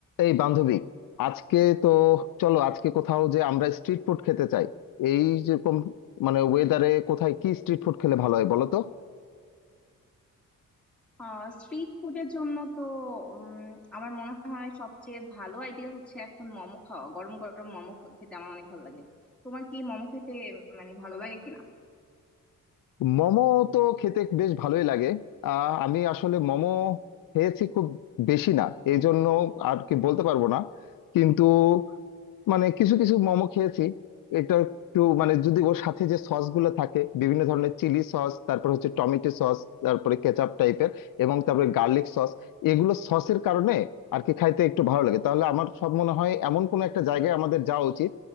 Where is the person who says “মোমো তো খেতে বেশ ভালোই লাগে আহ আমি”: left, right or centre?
Left